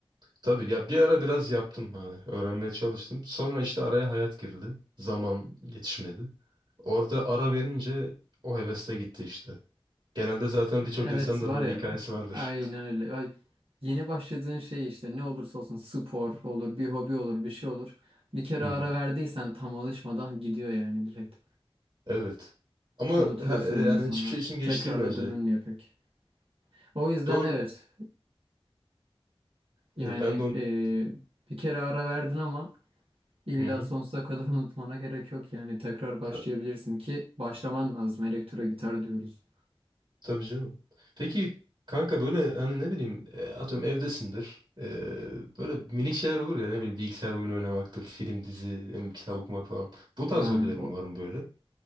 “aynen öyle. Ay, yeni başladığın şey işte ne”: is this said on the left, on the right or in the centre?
Right